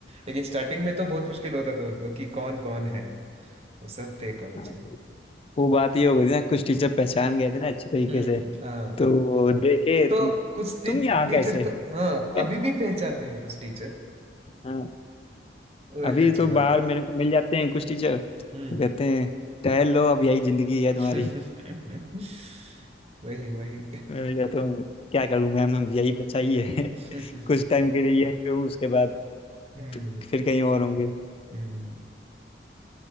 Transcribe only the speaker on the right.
लेकिन स्टार्टिंग में तो बहुत मुश्किल होता था उनको कि कौन कौन है वो सब थे कॉलेज
में
हम्म
हाँ
तो
कुछ टी,
टीचर
तो हाँ
अभी भी पहचानते हैं कुछ टीचर
वो एक
अच्छी
बात
है
हम्म
<laughs>
वही वही
<laughs>
हम्म
हम्म